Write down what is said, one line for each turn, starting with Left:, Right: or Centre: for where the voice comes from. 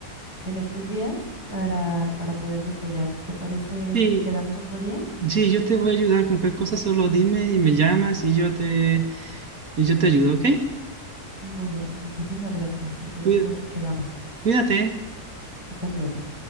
Left: en estos días para, para poderme apoyar. ¿Te parece
Right: sí,
Left: si quedamos otro día?
Right: sí, yo te voy a ayudar con cualquier cosa, solo dime y me llamas y yo te, y yo te ayudo, ¿ok?
Left: Muy bien, muchísimas gracias. Entonces
Right: Cuí-
Left: así quedamos.
Right: Cuídate.
Left: Tú también.